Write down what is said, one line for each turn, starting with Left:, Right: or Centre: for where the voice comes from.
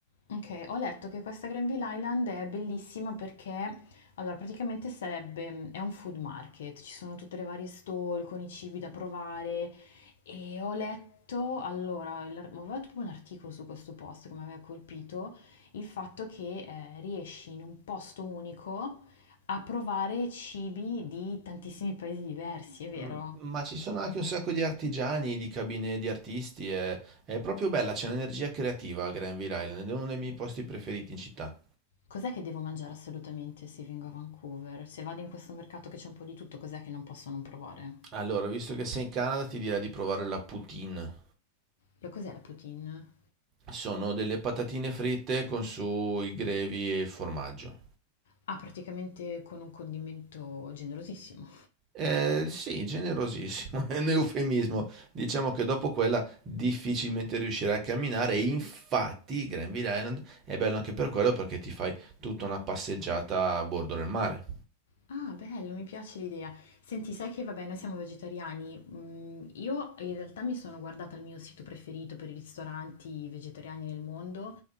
Left: Okay, ho letto che questa Granville Island è bellissima perché allora praticamente sarebbe mhmm, è un food market, ci sono tutte le varie stall con i cibi da provare e ho letto allora, l'ar avevo tipo un articolo su questo posto che mi aveva colpito, il fatto che, ehm, riesci in un posto unico a provare cibi di tantissimi paesi diversi, è vero?
Right: M- Ma ci sono anche un sacco di artigiani, di cabine di artisti, è, è proprio bella, c'è un'energia creativa a Granville Island, è uno dei miei posti preferiti in città.
Left: Cos'è che devo mangiare assolutamente se vengo a Vancouver? Se vado in questo mercato che c'è un po' di tutto, cos'è che non posso non provare?
Right: Allora, visto che sei in Canada, ti direi di provare la poutine.
Left: Lo cos'è la poutine?
Right: Sono delle patatine fritte con su i grevi e il formaggio.
Left: Ah, praticamente con un condimento generosissimo.
Right: Eh, sì, generosissimo, <laughs> è un eufemismo. Diciamo che dopo quella difficilmente riuscirai a camminare e infatti Granville Island è bello anche per quello perché ti fai tutta una passeggiata a bordo del mare.
Left: Ah, bello, mi piace l'idea. Senti, sai che vabbè, noi siamo vegetariani. mm, io in realtà mi sono guardata il mio sito preferito per i ristoranti vegetariani nel mondo